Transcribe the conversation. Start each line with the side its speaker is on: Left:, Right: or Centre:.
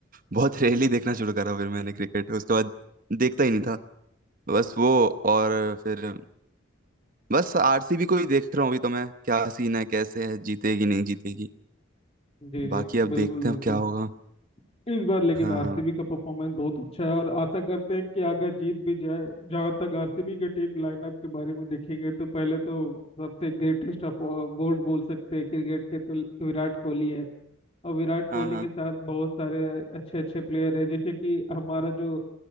Right: बहुत रेयरली देखना शुरू करा फिर मैंने क्रिकेट उसके बाद देखता ही नहीं था बस वो और फिर अ, बस आरसीबी को ही देख रहा हूँ अभी तो मैं क्या सीन है कैसे है जीतेगी नहीं जीतेगी
Left: जी
Right: बाकी
Left: जी
Right: अब
Left: बिल्कुल
Right: देखते हैं
Left: बिल्कुल
Right: अब क्या होगा
Left: इस बार लेकिन
Right: हाँ
Left: आरसीबी
Right: हाँ
Left: का परफॉर्मेंस बहुत अच्छा है और आशा करते हैं कि अगर जीत भी जाए जहां तक आरसीबी के टीम लाइनअप के बारे में देखेंगे तो पहले तो सबसे ग्रेटेस्ट ऑफ गोल्ड बोल सकते हैं क्रिकेट के तो विराट कोहली है और विराट कोहली
Right: हाँ हाँ
Left: के साथ बहुत सारे अच्छे अच्छे प्लेयर है जैसे कि हमारा जो